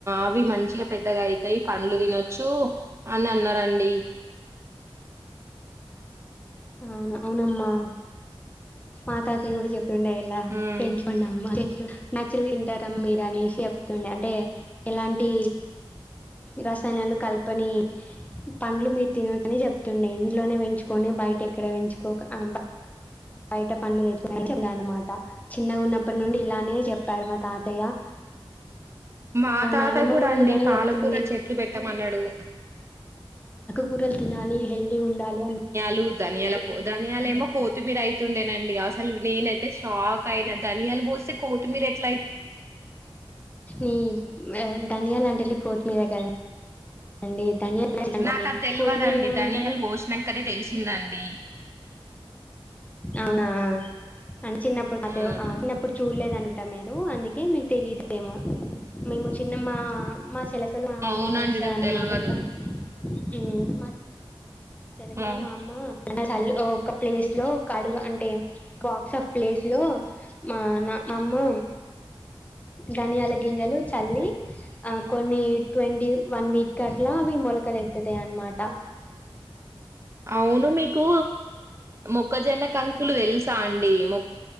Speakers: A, on the right (about 30°); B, on the left (about 15°).
A: అవి మంచిగా పెద్దగా అయితాయి పండ్లు తినొచ్చు అని అన్నరండి
B: అవును అవునమ్మా మా తాతయ్య కూడా చెప్ వుండేలా
A: ఉమ్.
B: పెంచకొండమ్మా చే న్యాచురల్ తింటారా మీరు అనేసి చెప్తుండే అంటే ఎలాంటి రసాయనాలు కలపని పండ్లు మీరు తినకని చెప్తుండే ఇంట్లోనే పెంచుకొని బయట ఎక్కడ పెంచుకోక ఆ బయట పనులు <unintelligible> అనమాట చిన్న ఉన్నప్పటి నుండి ఇలానే చెప్పారు మా తాతయ్య
A: మా తాత
B: నానమ్మ
A: కూడా అండి
B: ఇలానే
A: పాలకూర
B: చెప్తుంది
A: చెట్లు పెట్టమన్నడు
B: కూరలు తినాలి హెల్తీగా ఉండాలి అని
A: లు దానియల పో దానియాలేమో కోతుమీర అయి తుండేనండి అసలు నేను అయితే షాక్ అయిన ధనియాలు పోస్తే కోత్తిమీర ఎట్
B: హ్మ్ మ్యాన్ ధనియాల అంటే కోతిమీద కదండి ధనియాలు
A: నాకు అది తెలివదండి
B: కొత్తిమీరని ఏమంటారు
A: ధనియాలు భోషణంకనే తెలిసిందండి
B: అవునా అ చిన్నప్పుడు అతే
A: ఆ
B: చిన్నప్పుడు చూడలేదు అను టమాటో అందుకే మీకు తెలియదేమో మేము చిన్నమ్మ మా చెలకలు మా
A: అవునండి
B: అమ్మ పోస్తది
A: నాకు
B: అనే
A: తెల్వదు
B: మాదిరి <unintelligible> హ్మ్ మాది చెలకలు
A: ఆ
B: మా అమ్మ అల చల్ ఒక ప్లేస్ లో ఒక అడుగు అంటే బక్స్ ఆఫ్ ప్లేస్ లో మా నా మా అమ్మ ధనియాల గింజలు చల్లి కొన్ని ట్వంటి వన్ వీక్ కాట్లా అవి మొలకలు ఎత్తుతాయ్ అనమాటా
A: అవును మీకు మొక్కజొన్న కం ముక్కులు తెలుసా అండి ము